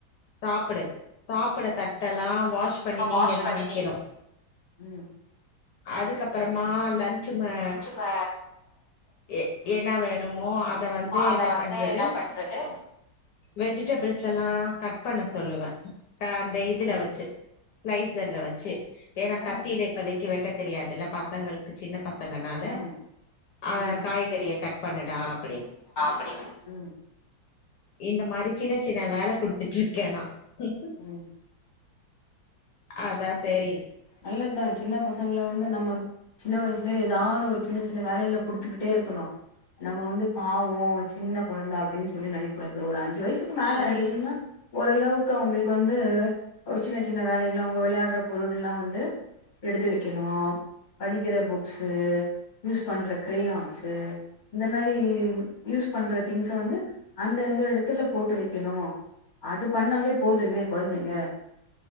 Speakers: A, on the left (about 70°); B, on the left (about 25°).
A: சாப்புடு சாப் சாப்பட தட்டலா வாஷ் பண்ணி நீங்க
B: வாஷ்
A: தா
B: பண்ணி
A: வைக்கணு
B: நீங்க ம்
A: அதுக்கப்பற மா லஞ் சும்மா
B: லன்ச்சு ம
A: எ என்னா வேணு மோ அத வந்த் து
B: அத
A: என்ன
B: வந்து
A: பண்றது
B: என்ன பண்றது
A: வொஜிடபுள்ஸ் எல்லா கட் இப்பெண்ண சொல்லுவே அ அந்த இதுல
B: ம்
A: வச்சு பிளைசர்ல வச்சு ஏன்னா
B: ஆ
A: கத்தியில இப்பேதைக்கு வெட்ட தெரியாதுல்ல பக்கங்களுக்கு சின்ன பசங்கனால
B: ஆ
A: அத
B: ம்
A: காய்கறிய கட் பண்ணடா அப்படின்
B: அப்படி ம்
A: இந்த மாரி சின்ன சின்ன வேல குடுத்துட்டு இருக்கே நா கக்கு
B: ம்
A: அதா செரி
B: நல்லதா சின்ன பசங்கள வந்து நம்ம சின்ன வயசுல ஏதாவது ஒரு சின்ன சின்ன வேலைகள குடுத்துக்கிட்டே இருக்கணு நம்ம வந்து பாவோ சின்ன கொழந்த அப்புடின் சொல்லி நெனைக்கூடாது ஒரு அஞ்சு ஞ்சு வயசுக்கு மேல
A: ஆய்
B: ஆய்டுச்சுன்னா ஓரளவுக்கு அவுங்களுக்கு வந்து ஒரு சின்ன சின்ன வேலை இல்ல அவுங்க வெளையாடுற பொருள் எல்லா வந்து எடுத்து வெக்கணு படிக்கிற புக்ஸு யூஸ் பண்ற கிரேயான்ஸு இந்த மாரி யூஸ் பண்ற திங்ஸ் வந்து அந்தந்த இடத்துல போட்டு வைக்கணு அது பண்ணாலே போதுமே கொழந்தைங்க